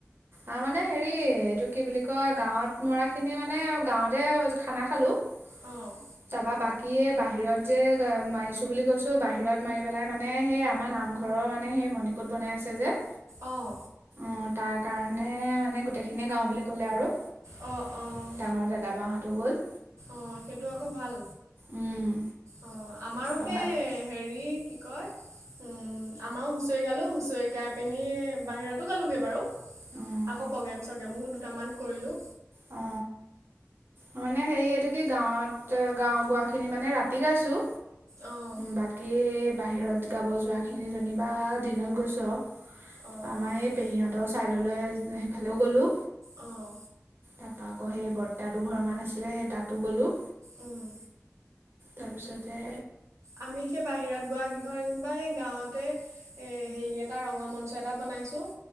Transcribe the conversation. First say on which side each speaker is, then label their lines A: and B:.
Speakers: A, on the right; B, on the right.
A: আ মানে হেৰি এইটো কি বুলি কয় গাঁৱত মৰা খিনি মানে গাঁৱতে খানা খালো। তাৰপা
B: অঁ
A: বাকীয়ে বাহিৰত যে মাৰিছো বুলি কৈছো বাহিৰত মাৰি পেলাই মানে সেই আমাৰ নামঘৰৰ মানে সেই মণিকোট বনাই আছে যে
B: অঁ
A: অঁ তাক কাৰণে মানে গোটেইখিনিয়ে গাওঁ বুলি ক'লে আৰু
B: অঁ অঁ
A: ডাঙৰ দাদা-বাহঁতো গ'ল
B: অ সেইটো আকৌ ভাল।
A: উম,
B: অ আমাৰো
A: তাৰপৰা
B: সে
A: বাকী
B: হেৰি কয় উম আমাৰও হুচৰি গালো হুচৰি চৰি গাই পিনি বাহিৰত। গালোগে বাৰু
A: অঁ
B: আকৌ প্ৰগ্ৰেম চগ্ৰেমো দুটামান কৰিলো
A: অ ম মানে হেৰি এইটো কি গাঁৱত গাঁও গোৱাখিনি মানে ৰাতি গাইছোঁ।
B: অঁ
A: বাকী বাহিৰত গাব যোৱাখিনি যেনিবা দিনত গৈছোঁ আৰু।
B: অঁ
A: তাৰ আমাৰ
B: অঁ
A: সেই পেহীহঁতৰ চাইদলৈ সিফালেও গ'লো
B: অঁ
A: তাপা আকৌ হে বৰ্তাত দুঘৰ মান আছিলে সেই তাতো গ'লো।
B: উম,
A: তাৰপিছতে
B: আমি সেই বাহিৰত গোৱা কিঘৰ যেনিবা সেই গাঁৱতে এ হেৰি এটা ৰঙা মঞ্চ এটা বনাইছো